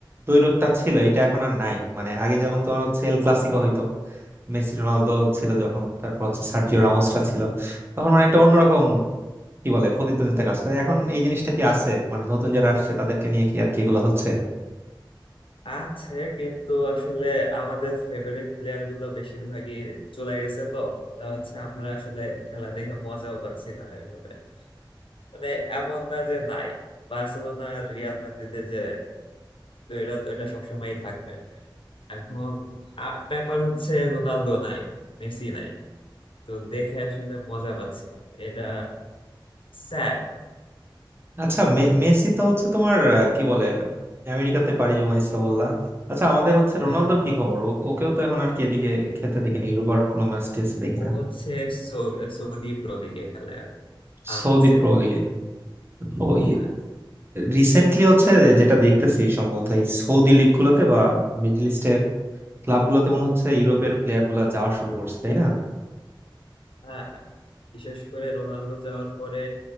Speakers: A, on the right; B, on the left.
A: দ্বৈরথটা ছিল এটা এখন আর নাই মানে আগে যেমন তোমার হচ্ছে এল ক্লাসিকো হইতো মেসি রোনালদো ছিল যখন তারপর হচ্ছে সার্জিও রামোসরা ছিল তখন মানে একটা অন্যরকম কি বলে প্রতিদ্বন্দ্বিতা কাজ করে এখন এই জিনিসটা কি আছে মানে নতুন যারা আসছে তাদেরকে নিয়ে কি আর কি এগুলো হচ্ছে
B: আছে কিন্তু আসলে আমাদের ফেভারিট প্লেয়ার গুলো বেশিরভাগই চলে গেছে তো তা হচ্ছে আমরা আসলে খেলা দেখে মজাও পাচ্ছি না ওইভাবে মানে এমন না যে নাই বার্সেলোনা আর রিয়াল মাদ্রিদে যে দ্বৈরথ ওইটা সবসময়ই থাকবে এখন আ- ব্যাপার হচ্ছে রোনালদো নাই মেসি নাই তো দেখে আসলে মজা পাচ্ছি না এটা স্যাড
A: আচ্ছা মে- মেসি তো হচ্ছে তোমার আহ, কি বলে আমেরিকাতে পাড়ি জমাইছে বললা আচ্ছা আমাদের হচ্ছে
B: হ্যাঁ
A: রোনালদোর
B: হ্যাঁ
A: কি খবর ও- ওকেও তো এখন আর কি এদিকে খেলতে দেখিনি ইউরোপার কোনো ম্যাচ দেখি
B: ও
A: না
B: হচ্ছে সৌ- সৌদি প্রো লিগে খেলে আর আল
A: সৌদি
B: নাসেরের
A: প্রো লিগে
B: হয়ে।
A: ও
B: হ্যাঁ
A: রিসেন্টলি হচ্ছে যেটা দেখতেছি সম্ভবত এই সৌদি লিগ গুলোতে বা মিডল ইস্টের ক্লাব গুলোতে মনে হচ্ছে ইউরোপের প্লেয়ার গুলা যাওয়া শুরু করছে তাই না
B: হ্যাঁ। বিশেষ করে রোনালদো যাওয়ার পরে